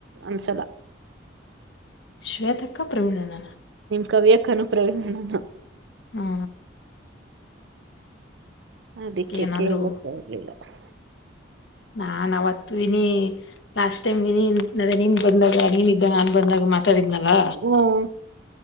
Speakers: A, on the right (about 70°); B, on the left (about 70°).
A: ಅನ್ಸಲ್ಲ.
B: ಶ್ವೇತಕ್ಕ ಪ್ರವೀಣನ್ನ ನ
A: ಕವಿಯಕ್ಕನು ಪ್ರ್ರವೀಣಣ್ಣಾನು.
B: ಹ್ಮ
A: ಅದಿಕ್ಕೆ
B: ಏನಾದ್ರು
A: ಕೇಳಿರ್ರ್ ಪರ್ಲಿಲ್ಲ್. <inaudible>
B: ನಾನವತ್ತು ಇನಿ ಲಾಸ್ಟ್ ಟೈಮ್ ಇನ್ ನದ್ ನೀನ್ ಬಂದಾಗ ನೀನ್ ಇದ್ದಾಗ ನನ್ ಬಂದಾಗ ಮತ್ತ್ ತಿದ್ನಲ್ಲಾ
A: ಹ್ಮ್